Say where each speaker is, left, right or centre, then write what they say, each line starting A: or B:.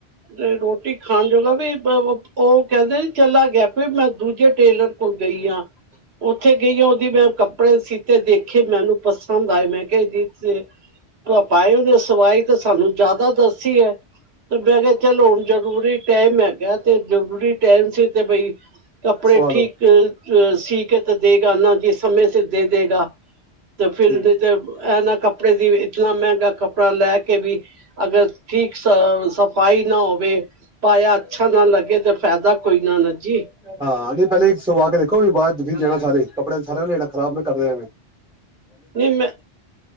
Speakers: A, on the right; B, in the centre.
A: ਤੇ ਰੋਟੀ ਖਾਣ ਜੋਗਾ ਵੀ ਉਹ ਕਹਿੰਦੇ ਚਲਾ ਗਿਆ ਫਿਰ ਮੈਂ ਦੂਜੇ ਟੇਲਰ ਕੋਲ ਗਈ ਆ ਉੱਥੇ ਗਈ ਆ ਉਹਦੀ ਮੈਂ ਕੱ ਕੱਪੜੇ ਸੀਤੇ ਦੇਖੇ ਮੈਨੂੰ ਪਸੰਦ ਆਏ ਮੈਂ ਕਿਹਾ ਜੀ ਤੇ ਪਾਏ ਉਣੇ ਸਵਾਈ ਤਾਂ ਸਾਨੂੰ ਜ਼ਿਆਦਾ ਦਸੀ ਹੈ <unintelligible> ਚਲੋ ਹੁਣ ਜਰੂਰੀ ਟਾਈਮ ਹੈਗਾ ਤੇ ਜਰੂਰੀ ਟਾਈਮ ਸੀ ਤੇ ਬਈ ਕੱਪੜੇ
B: ਸਵਾਲੋ
A: ਠੀਕ ਅ ਸੀ ਕੇ ਤਾਂ ਦੇਗਾ ਨਾ ਜੀ ਸਮੇਂ ਸਿਰ ਦੇ ਦੇਗਾ <unintelligible>
B: ਠੀਕ
A: ਕੱਪੜੇ ਦੀ ਇਤਨਾ ਮਹਿੰਗਾ ਕੱਪੜਾ ਲੈ ਕੇ ਵੀ ਅਗਰ ਠੀਕ ਸਫ਼ਾਈ ਨਾ ਹੋਵੇ ਪਾਇਆ ਅੱਛਾ ਨਾ ਲੱਗੇ ਤੇ ਫਾਇਦਾ ਕੋਈ ਨਾ ਨਾ ਜੀ
B: ਹਾਂ ਨਹੀਂ ਪਹਿਲੇ ਇੱਕ ਸੁਵਾ ਕੇ ਦੇਖੋ ਵੀ ਬਾਅਦ ਤੁਸੀਂ ਦੇਣਾ ਸਾਰੇ ਕੱਪੜਿਆਂ ਸਾਰਿਆਂ ਨੂੰ ਲੈਣਾ ਖਰਾਬ ਨਾ ਕਰਦੇਂ
A: ਨਹੀਂ ਮੈਂ